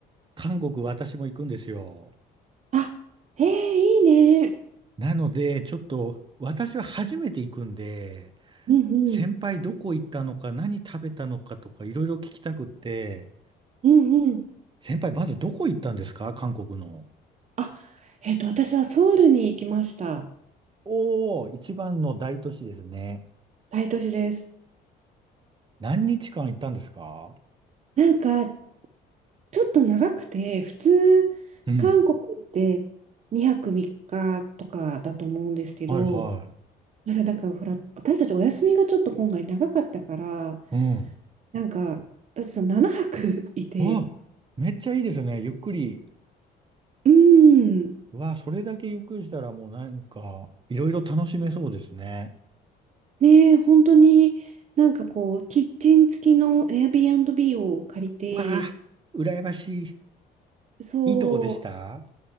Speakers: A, on the right; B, on the right.
A: 韓国私も行くんですよ。
B: あ、ええいいね。
A: なので、ちょっと私は初めて行くんで、
B: うんうん、
A: 先輩どこ行ったのか、何食べたのかとか、いろいろ聞きたくって、
B: うんうん。
A: 先輩、まずどこ行ったんですか韓国の。
B: あ、えっと、私はソウルに行きました。
A: おー、一番の大都市ですね。
B: 大都市です。
A: 何日間行ったんですか
B: なんか、ちょっと長くて、普通、
A: うん。
B: 韓国って2泊3日とかだと思うんですけど、
A: はいは
B: なんか、なんかほら、私たちお休みがちょっと今回長かったから、
A: い。うん。
B: なんか、私は7泊いて、
A: うわ、めっちゃいいですね。ゆっくり。
B: うーん、
A: うわ、それだけゆっくりしたらもうなんか、いろいろ楽しめそうですね。
B: ねえ、本当になんかこう、キッチン付きの Airbnb を借りて、
A: うわあ、羨ましい。
B: そ
A: いいとこでした